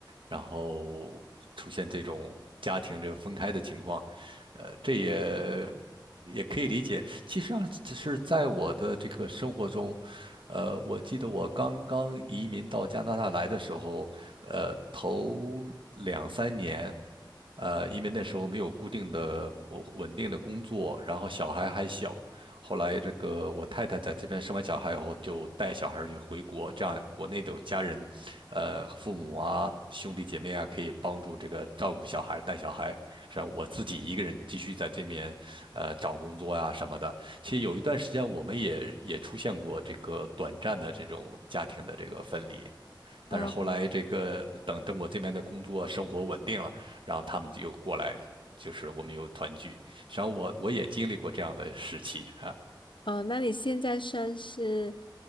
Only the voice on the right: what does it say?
然后出现这种家庭这个分开的情况，呃，这也也可以理解。其实上，只是在我的这个生活中，呃，我记得我刚刚移民到加拿大来的时候，呃，头两三年。呃，因为那时候没有固定的、我稳定的工作，然后小孩还小。后来这个我太太在这边生完小孩以后，就带小孩儿就回国，这样国内的有家人，呃，父母啊、兄弟姐妹啊，可以帮助这个照顾小孩、带小孩。实际上我自己一个人继续在这边，呃，找工作呀、什么的。其实有一段时间，我们也也出现过这个短暂的这种家庭的这个分离。
但是后来这个等等我这边的工作生活稳定了，然后他们就又过来，就是我们又团聚。实际上我我也经历过这样的时期啊，